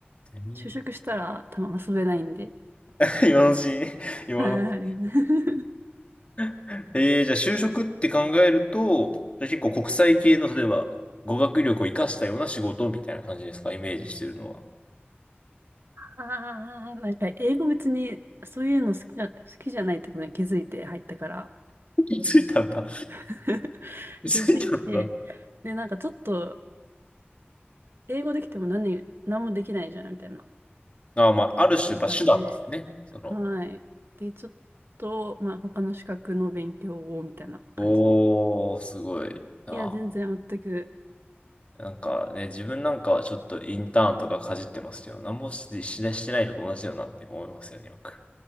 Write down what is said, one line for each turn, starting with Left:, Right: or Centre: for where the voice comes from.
Left: ゼミ
Right: 就職したら多分遊べないんで。
Left: <laughs> 今のうちにね、今のうち
Right: はい。<laughs>
Left: に。えー、じゃあ就職って考えると、じゃあ結構国際系の、例えば、語学力を活かしたような仕事みたいな感じですか、イメージしてるのは。
Right: ああ、なんか英語別にそういうの好きじゃ、好きじゃないってことに気づいて入ったから。
Left: 気づいたんだ。
Right: <laughs>
Left: 気づいたんだ。
Right: 気づいて、で、なんかちょっと、英語できても何、何もできないじゃんみたいな。
Left: ああ、まあ、ある種、
Right: 思ったんで、
Left: やっぱ手段ですよね。その、
Right: はい。で、ちょっと、まあ、他の資格の勉強をみたいな感じ。
Left: おー、すごいな
Right: いや、全然全く。
Left: なんかね、自分なんかはちょっとインターンとかかじってますけど、なんもし、ししてないのと同じだよなって思いますよね、よく。